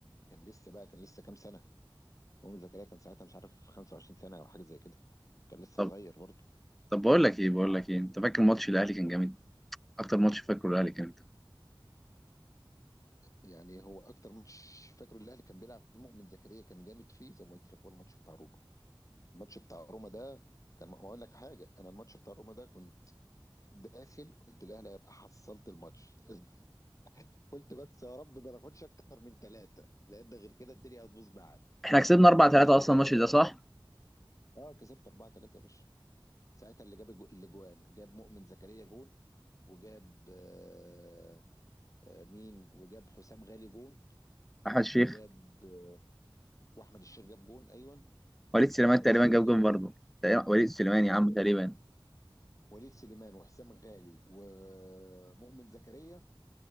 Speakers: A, on the left (about 40°); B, in the centre.
A: كان لسه بقى كان لسه كام سنة مؤمن زكريا كان ساعتها مش عارف 25 سنة أو حاجة زي كده كان لسه
B: طب
A: صغير برضه
B: طب بقول لك ايه بقول لك ايه انت فاكر ماتش الاهلي كان جامد اكتر ماتش فاكره الاهلي كان امتى؟
A: يعني هو أكتر ماتش فاكره الأهلي كان بيلعب فيه مؤمن زكريا كان جامد فيه زي ما قلت لك هو الماتش بتاع روما الماتش بتاع روما ده كان ما أقول لك حاجة أنا الماتش بتاع روما ده كنت داخل قلت الأهلي هيبقى حصلت الماتش <laughs> قلت بس يا رب ما ناخدش أكتر من ثلاثة لأن غير كده الدنيا هتبوظ معانا
B: احنا كسبنا
A: لقيت
B: 4
A: لك
B: 3
A: يا باشا
B: اصلا
A: العيال
B: الماتش ده صح
A: اه كسبت 4 3 يا باشا ساعتها اللي جاب الجو- الاجوان جاب مؤمن زكريا جون وجاب آه، آه، مين وجاب حسام غالي جون
B: احمد الشيخ
A: وجاب آه، واحمد الشيخ جاب جون ايوه
B: وليد سليمان
A: وعمرو
B: تقريبا
A: السوليه
B: جاب
A: جاب
B: جون
A: جون
B: برضه تقريباً- وليد سليمان
A: ايوه
B: يا
A: ما
B: عم
A: هو
B: تقريبا
A: وليد سليمان وحسام غالي ومؤمن زكريا